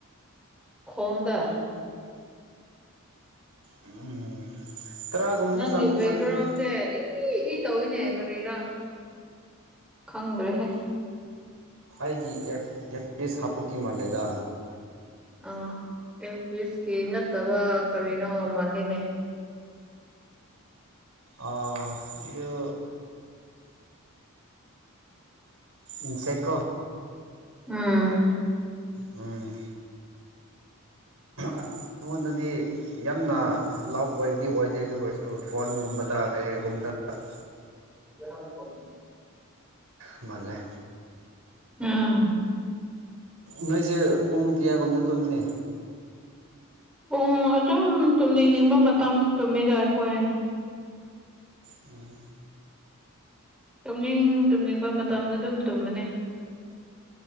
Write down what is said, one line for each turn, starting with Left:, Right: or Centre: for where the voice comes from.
Centre: ꯈꯣꯡꯗ
Right: ꯎꯝ ꯇꯔꯥꯒꯨꯝꯕꯗꯤ
Centre: ꯅꯪꯒꯤ
Right: ꯆꯪꯗꯤ
Centre: ꯕꯦꯛꯒꯔꯥꯎꯟꯁ‌ꯦ
Right: ꯆꯪꯒꯅꯤꯗ
Centre: ꯏ ꯏ ꯇꯧꯋꯤꯅꯦ ꯀꯔꯤꯔꯥ ꯈꯪꯗ꯭ꯔꯦꯍꯦ
Right: ꯈ‌ꯣꯏꯒꯤ ꯏꯌꯥꯔ ꯏꯌꯥꯔ ꯄꯤꯁ ꯍꯥꯞꯄꯒꯤ ꯃꯥꯜꯂꯦꯗ
Centre: ꯑꯥ ꯑꯦ ꯏꯌꯥꯔ ꯄꯤꯁꯀꯤ ꯅꯠꯇꯕ ꯀꯔꯤꯅꯣ ꯃꯥꯜꯂꯤꯅꯦ
Right: ꯑꯥ ꯌꯨ ꯏꯟꯁꯦꯀꯣ
Centre: ꯎꯝ
Right: ꯎꯝ ꯑꯩꯉꯣꯟꯗꯗꯤ ꯌꯥꯝꯅ ꯂꯥꯎꯠ ꯑꯣꯏꯕꯗꯤ ꯑꯣꯏꯗꯦ ꯑꯗꯨ ꯑꯣꯏꯔꯁꯨ ꯐꯣꯟꯒꯨꯝꯕꯗ ꯀꯩꯀꯩꯒꯨꯝꯕꯗ
Centre: <unintelligible>
Right: ꯃꯥꯜꯂꯦ
Centre: ꯎꯝ
Right: ꯅꯣꯏꯁꯦ ꯄꯨꯡ ꯀꯌꯥꯒꯨꯝꯗ ꯇꯨꯝꯅꯤ
Centre: ꯄꯨꯡ ꯑꯗꯨꯝ ꯇꯨꯝꯅꯤꯡꯅꯤꯡꯕ ꯃꯇꯝꯗ ꯇꯨꯝꯃꯤꯗ ꯑꯩꯈꯣꯏ
Right: ꯎꯝ
Centre: ꯇꯨꯝꯅꯤꯡ ꯇꯨꯝꯅꯤꯡꯕ ꯃꯇꯝꯗ ꯑꯗꯨꯝ ꯇꯨꯝꯕꯅꯤ